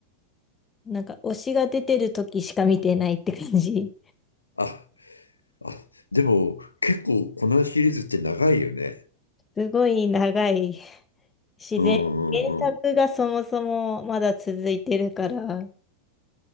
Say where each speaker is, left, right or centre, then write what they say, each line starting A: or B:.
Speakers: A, on the left; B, on the left.
A: なんか推しが出てる時しか見てないって感じ。
B: あ、あ、でも結構このシリーズって長いよね。
A: すごい長い。自然、
B: うんうん
A: 原作がそもそもまだ続いてるから。